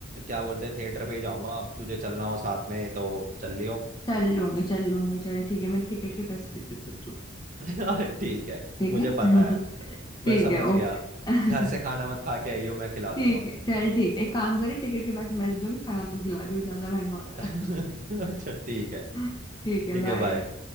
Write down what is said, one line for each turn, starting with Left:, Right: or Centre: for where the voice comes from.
Right: क्या बोलते हैं थिएटर पे ही जाऊंगा अब तुझे चलना हो साथ में तो चल लियो
Left: चल लूंगी चल लूंगी चल ठीक है मेरे टिकट के पैसे दे दो फिर तू
Right: <laughs> अरे ठीक है
Left: ठीक
Right: मुझे
Left: है
Right: पता
Left: <laughs>
Right: है मैं
Left: ठीक
Right: समझ
Left: है ओके
Right: गया
Left: <laughs>
Right: घर से खाना मत खा के आइयो मैं खिला दूंगा
Left: ठीक है चल ठीक है एक काम करे टिकट के पैसे मैं दे दूंगी खाना तू खिला दियो ज्यादा महंगा होता
Right: <laughs>
Left: है
Right: अच्छा ठीक है
Left: <laughs> ठीक है
Right: ठीक
Left: बाय
Right: है बाय